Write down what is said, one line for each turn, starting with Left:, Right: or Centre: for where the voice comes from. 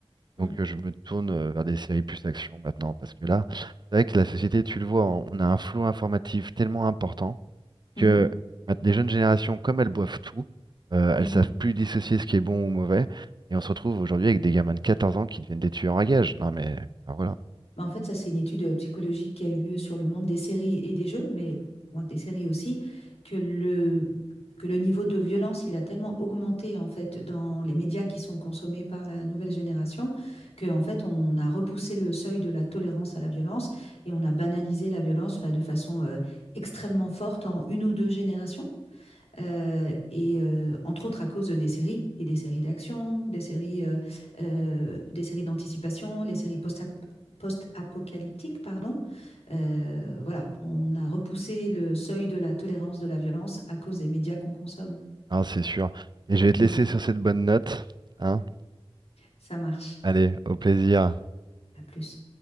Right: Donc
Left: Mm.
Right: euh, je me tourne euh, vers des séries plus action maintenant parce que là, c'est vrai que la société, tu le vois, on a un flot informatif tellement important
Left: Mhm.
Right: que mat- les jeunes générations, comme elles boivent tout, euh, elles
Left: Mhm.
Right: savent plus dissocier ce qui est bon ou mauvais. Et on se retrouve aujourd'hui avec des gamins de 14 ans qui deviennent des tueurs à gages. Non mais enfin, voilà,
Left: Bah, en fait, ça, c'est une étude euh, psychologique qui a eu lieu sur le monde des séries et des jeux, mais ouais, des séries aussi, que le, que le niveau de violence, il a tellement augmenté en fait dans les médias qui sont consommés par la nouvelle génération, que en fait, on a repoussé le seuil de la tolérance à la violence et on a banalisé la violence enfin, de façon euh, extrêmement forte en une ou deux générations. Euh, et euh, entre autres à cause des séries et des séries d'action, des séries, euh, euh, des séries d'anticipation, les séries post-ap- post-apocalyptiques, pardon. Euh, voilà, on a repoussé le seuil de la tolérance de la violence à cause des médias qu'on consomme.
Right: Hein, c'est sûr. Et je vais te
Left: Mm.
Right: laisser sur cette bonne note. Hein.
Left: ça marche.
Right: Allez, au plaisir.
Left: À plus.